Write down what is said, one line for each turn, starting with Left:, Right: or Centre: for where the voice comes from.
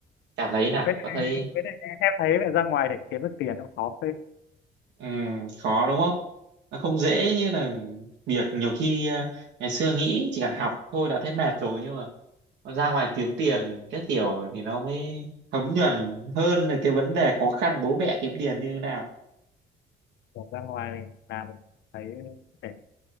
Right: cảm thấy là
Left: với lại,
Right: có thấy
Left: với lại em thấy là ra ngoài để kiếm được tiền nó khó phết
Right: ừm, khó đúng không nó không dễ như là việc nhiều khi ờ, ngày xưa nghĩ chỉ cần học thôi đã thấy mệt rồi nhưng mà ra ngoài kiếm tiền cái kiểu thì nó mới thấm nhuần hơn là cái vấn đề khó khăn bố mẹ kiếm tiền như thế nào
Left: Kiểu ra ngoài làm thì thấy để